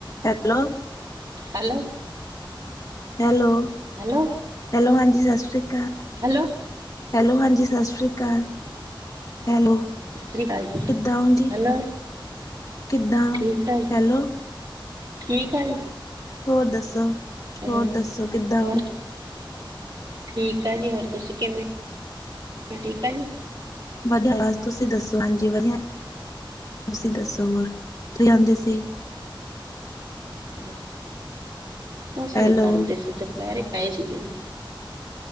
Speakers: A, on the left; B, on the right.
A: ਐ ਲੋ
B: ਹੈਲੋ
A: ਹੈਲੋ
B: ਹੈਲੋ
A: ਹੈਲੋ ਹਾਂਜੀ ਸਤਿ ਸ੍ਰੀ ਅਕਾਲ
B: ਹੈਲੋ
A: ਹੈਲੋ ਹਾਂਜੀ ਸਤਿ ਸ੍ਰੀ ਅਕਾਲ ਹੈਲੋ
B: ਸਤਿ ਸ੍ਰੀ ਅਕਾਲ ਜੀ
A: ਕਿੱਦਾਂ ਹੋ ਜੀ
B: ਹੈਲੋ
A: ਕਿੱਦਾਂ
B: ਠੀਕ ਆ ਜੀ
A: ਹੈਲੋ
B: ਠੀਕ ਆ ਗੀ
A: ਹੋਰ ਦੱਸੋ
B: <unintelligible>
A: ਹੋਰ ਦੱਸੋ ਕਿੱਦਾਂ ਹੋ
B: ਠੀਕ ਆ ਜੀ ਹੋਰ ਤੁਸੀਂ ਕਿਵੇਂ ਓ ਠੀਕ ਆ ਜੀ
A: ਵਧੀਆ ਤੁਸੀਂ ਦੱਸੋ ਹਾਂਜੀ ਵਧੀਆ ਤੁਸੀਂ ਦੱਸੋ ਹੋਰ ਕੀ ਆਂਦੇ ਸੀ
B: ਬਸ ਕੁਛ
A: ਹੈਲੋ
B: ਨੀ ਕਰਦੇ ਸੀ ਦੁਪਹਿਰੇ ਪਏ ਸੀਗੇ ਜੀ